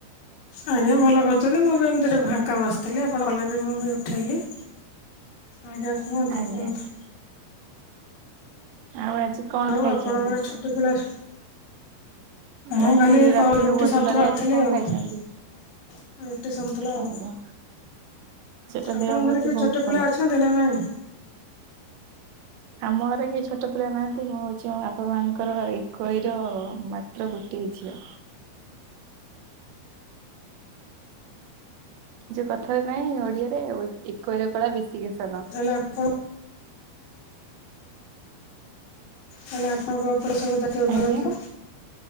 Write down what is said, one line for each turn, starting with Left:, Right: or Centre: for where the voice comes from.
Left: ଆଜ୍ଞା ଭଲ କରୁଛନ୍ତି ମୁଁ ବି ଏମିତି ଭାଙ୍କା ବ ଆସିଥିଲି ଆପଣ ଗଲେ ବି ମୁଁ ବି ଉଠେଇଲି ଆଜ୍ଞା କୁହନ୍ତୁ
Right: ଆଜ୍ଞା
Left: କୁହନ୍ତୁ
Right: ଆଉ ଆଜି କଣ
Left: ଆଉ
Right: ଖାଇଛନ୍ତି?
Left: ଆପଣଙ୍କର ଛୋଟ ପିଲା
Right: ରାତି
Left: ହଁ ଖାଲି
Right: ରାତିର
Left: ରୁଟି
Right: ଭୋଜନରେ
Left: ସତଳେ ଅଟଥିଲି
Right: ଆଜି କଣ
Left: ଆଉ
Right: ଖାଇଛନ୍ତି?
Left: ରୁଟି ସୁଥିଲା
Right: ଆଜ୍ଞା
Left: ଆଉ
Right: ସେଟା
Left: ଆପଣଙ୍କ
Right: ଦେହ ପ୍ରତି
Left: ଘରେ କିଏ
Right: ବହୁତ
Left: ଛୋଟ
Right: ଭଲ।
Left: ପିଲା ଅଛନ୍ତି ନା ନାଇଁ
Right: ଆମ ଘର କି ଛୋଟ ପିଲା ନାହାନ୍ତି ମୁଁ ହଉଛି ମୋ ବାପା ମାଆଙ୍କର ଏକ ର ମାତ୍ର ଗୋଟିଏ ଝିଅ ଯୋଉ କଥାରେ ନହିଁ ଓଡିଆରେ ଆ ଏକୋଇର କଳା ବେଶୀ କେଶନ
Left: ତାହେଲେ ଆଣ ହେଲେ ଆପଣଙ୍କ ଉପରେ ସବୁ ଦଟି ଘର
Right: ଆଜ୍ଞା
Left: ିବ